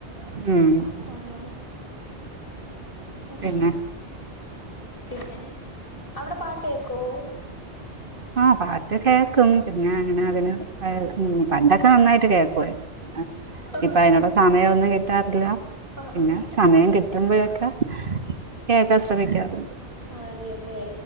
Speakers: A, on the right; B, on the left.
A: ഉം
B: അങ്ങനെ ഉം
A: പിന്നെ
B: പിന്നെ അവടെ പാട്ടേക്കോ
A: ആഹ് പാട്ട് കേക്കും പിന്നെ അങ്ങനെ അതിന് അത് ഉം പണ്ടൊക്കെ നന്നായിട്ട് കേൾക്കുവാരുന്നു
B: ആഹ്
A: ഇപ്പൊ
B: ആഹ്
A: അയിനൊള്ള സമയമൊന്നും കിട്ടാറില്ല
B: ആഹ്
A: പിന്നെ
B: ആഹ്
A: സമയം കിട്ടുമ്പോഴൊക്കെ കേൾക്കാൻ ശ്രമിക്കാറുണ്ട്
B: ആ അതെയല്ലെ